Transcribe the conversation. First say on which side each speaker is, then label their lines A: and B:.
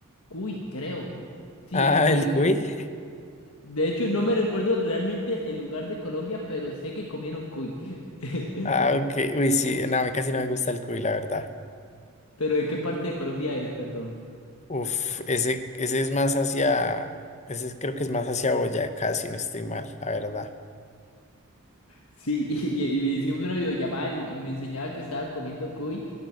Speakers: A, on the left; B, on the left.
A: cuy, creo. Sí,
B: Ah,
A: cuy.
B: el cuy.
A: De hecho, no me recuerdo realmente el lugar de Colombia, pero sé que comieron cuy. <laughs>
B: Ah, ok. Uy, sí, no, a mí casi no me gusta el cuy, la verdad.
A: Pero ¿de qué parte de Colombia es, perdón?
B: Uf, ese, ese es más hacia, ese es- creo que es más hacia Boyacá, si no estoy mal, la verdad.
A: Sí, <laughs> y, y hicimos una videollamada y, y me enseñaba que estaba comiendo cuy.